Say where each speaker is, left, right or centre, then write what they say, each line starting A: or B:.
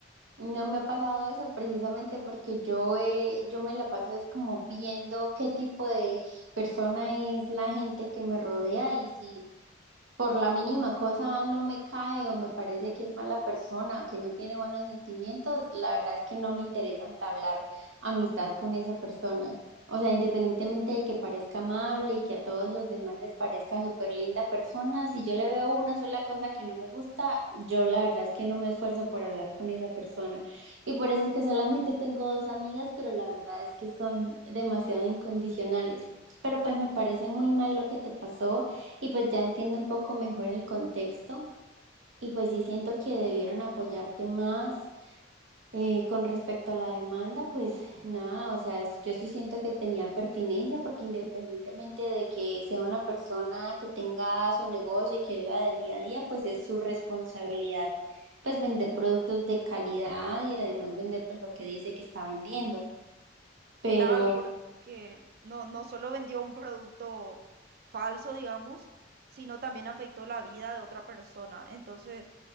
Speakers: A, on the right; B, on the right.
A: No me ha pasado eso precisamente porque yo, eh, yo me la paso es como viendo qué tipo de persona es la gente que me rodea y si por la mínima cosa no me cae o me parece que es mala persona, que no tiene buenos sentimientos, la verdad es que no me interesa entablar amistad con esa persona. O sea, independientemente de que parezca amable y que a todos los demás les parezca súper linda persona, si yo le veo una sola cosa que no me gusta, yo la verdad es que no me esfuerzo por hablar con esa persona. Y por eso es que solamente tengo dos amigas, pero la verdad es que son demasiado incondicionales. Pero pues me parece muy mal lo que te pasó y pues ya entiendo un poco mejor el contexto. Y pues sí siento que debieron apoyarte más eh, con respecto a la demanda, pues nada, o sea, es- yo sí siento que tenía pertinencia porque independientemente de que sea una persona que tenga su negocio y que viva del día a día, pues es su responsabilidad pues vender productos de calidad y además vender pues lo que dice que está vendiendo. Pero
B: Claro, porque no, no solo vendió un producto falso, digamos, sino también afectó la vida de otra persona. Entonces...